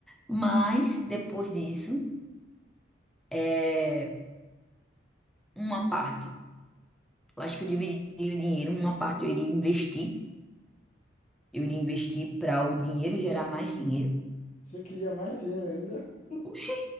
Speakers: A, in the centre; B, on the left (about 40°).
A: Mas, depois disso, é uma parte. Eu acho que eu dividiria o dinheiro, uma parte eu iria investir. Eu iria investir para o dinheiro gerar mais dinheiro.
B: Você queria mais dinheiro ainda?
A: Oxi,